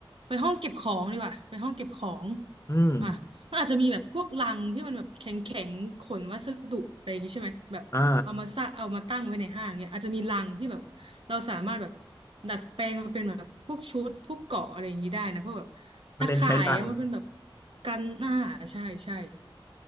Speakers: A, on the right; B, on the left.
A: ไปห้องเก็บของดีกว่าไปห้องเก็บของ
B: อืม
A: อ่ะมันอาจจะมีแบบพวกลังที่มันแบบแข็งแข็งขนวัสดุอะไรอย่างงี้ใช่ไหมแบบเอามาซะเอามาตั้งไว้ในห้างเนี่ยอาจจะมีลังที่แบบเราสามารถแบบ
B: อ่า
A: ดัดแปลงมาเป็นแบบพวกชุดพวกเกราะอะไรอย่างนี้ได้นะพวกแบบ
B: มันเน้นใช้ลัง
A: ตะข่ายเอามาเป็นแบบกันหน้าใช่ใช่